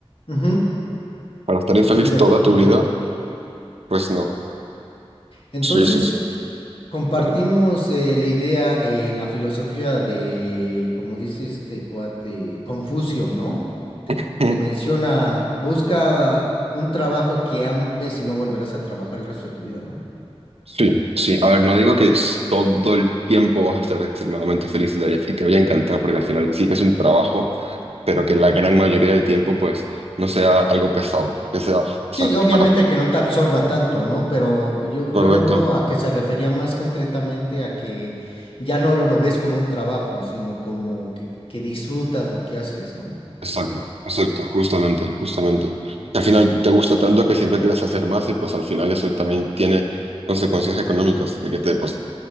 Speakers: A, on the left; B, on the right.
A: Ujú,
B: Para estar
A: Estoy
B: infeliz
A: de acuerdo
B: toda tu
A: contigo.
B: vida, pues no.
A: Entonces,
B: Sí, sí, sí.
A: compartimos
B: Cuando-
A: eh, la idea eh, en la filosofía de, como dice este cuate, Confucio, ¿no?
B: <laughs>
A: Que menciona, busca un trabajo que ames y no volverás a trabajar el resto de tu vida, ¿no?
B: Sí, sí. A ver, no digo que s- todo el tiempo vas a estar extremadamente feliz y te, vaya- y te vaya a encantar, porque al final sí que es un trabajo, pero que la gran mayoría del tiempo, pues, no sea algo pesado, que sea, o sea,
A: Sí, obviamente
B: para-
A: que no te absorba tanto, ¿no? Pero yo, yo
B: correcto,
A: lo veo a que se refería más concretamente a que ya no lo ves como un trabajo, sino como que, que disfrutas lo que haces, ¿no?
B: exacto, exacto, justamente, justamente. Que al final te gusta tanto que siempre quieras hacer más y pues al final eso también tiene consecuencias económicas, de que te, pues,